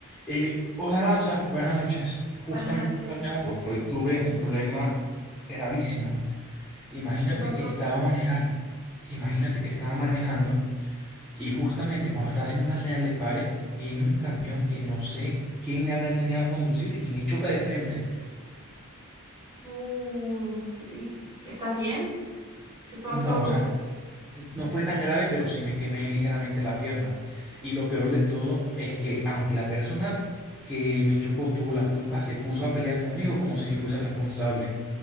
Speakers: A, in the centre; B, on the right.
A: Eh, hola Aranza, buenas noches. Justamente
B: Buenas noches.
A: te llamo porque hoy tuve un problema gravísimo. Imagínate
B: ¿Qué pasó?
A: que estaba manejando, imagínate que estaba manejando y justamente cuando estaba haciendo una señal de pare, viene un camión que no sé quién le habrá enseñado a conducir y me choca de frente.
B: Uh, y- ¿estás bien? ¿Qué pasó?
A: No, o sea, no fue tan grave, pero sí me quemé ligeramente la pierna. Y lo peor de todo es que aunque la persona que me chocó tuvo la culpa, se puso a pelear conmigo como si yo fuese responsable.